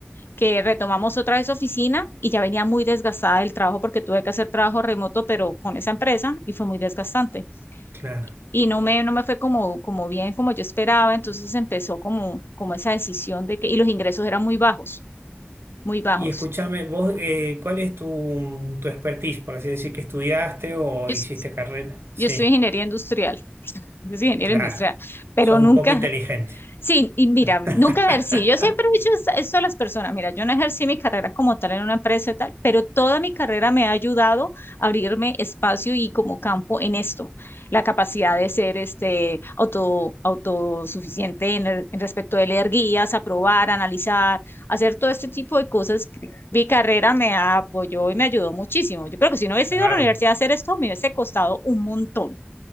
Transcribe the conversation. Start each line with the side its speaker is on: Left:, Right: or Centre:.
Left: que retomamos otra vez oficina y ya venía muy desgastada del trabajo porque tuve que hacer trabajo remoto, pero con esa empresa y fue muy desgastante.
Right: Claro.
Left: y no me, no me fue como, como bien como yo esperaba, entonces empezó como, como esa decisión de que, y los ingresos eran muy bajos, muy bajos.
Right: Y escúchame, vos, eh, ¿cuál es tu, mm, tu expertise, por así decir, que estudiaste o
Left: Yo,
Right: hiciste
Left: es-
Right: carrera? Sí,
Left: yo estoy ingeniería industrial, yo soy ingeniero
Right: claro.
Left: industrial, pero
Right: Sos
Left: nunca,
Right: un poco inteligente.
Left: Sí, y mira,
Right: <laughs>
Left: nunca ejercí. Yo siempre he dicho esta- esto a las personas. Mira, yo no ejercí mi carrera como tal en una empresa y tal, pero toda mi carrera me ha ayudado a abrirme espacio y como campo en esto, la capacidad de ser este auto, autosuficiente en, el- en respecto de leer guías, aprobar, analizar, hacer todo este tipo de cosas. que Mi carrera me apoyó y me ayudó muchísimo. Yo creo que si no hubiese
Right: Claro,
Left: ido a la universidad a hacer esto, me hubiese costado un montón.